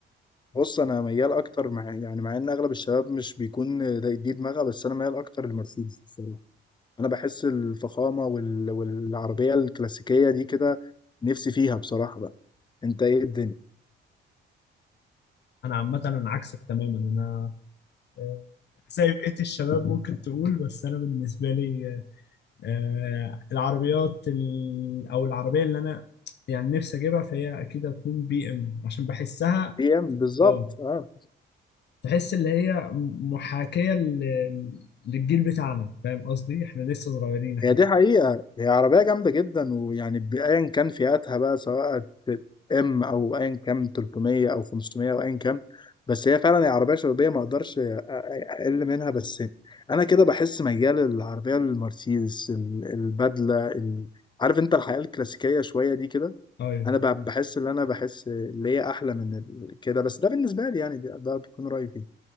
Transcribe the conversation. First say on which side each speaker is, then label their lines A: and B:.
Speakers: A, on the left; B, on the left.
A: بص أنا ميال أكتر مع يعني مع إن أغلب الشباب مش بيكون ده دي دماغها بس أنا ميال أكتر لمرسيدس بصراحة أنا بحس الفخامة وال... والعربية الكلاسيكية دي كده نفسي فيها بصراحة بقى أنت إيه الدنيا؟
B: انا عامة انا عكسك تماما انا آه، زي بقية الشباب ممكن تقول بس انا بالنسبة لي آه، العربيات ال- او العربية اللي انا يعني نفسي اجيبها فهي اكيد هتكون بي ام عشان بحسها
A: بي إم بالظبط
B: اه
A: أه
B: تحس اللي هي محاكية لل- للجيل بتاعنا فاهم قصدي احنا لسه صغيرين احنا
A: هي دي حقيقة هي عربية جامدة جدا ويعني بأيا كان فئاتها بقى سواء ام او ايا كان 300 او 500 او ايا كان بس هي فعلا هي عربية شبابية ما اقدرش اقل منها بس انا كده بحس ميال للعربية المرسيدس ال- البدلة ال... عارف انت الحياة الكلاسيكية شوية دي كده
B: ايوه
A: انا ب- بحس ان انا بحس اللي هي احلى من ال- كده بس ده بالنسبة لي يعني ده, ده بيكون رأيي فيه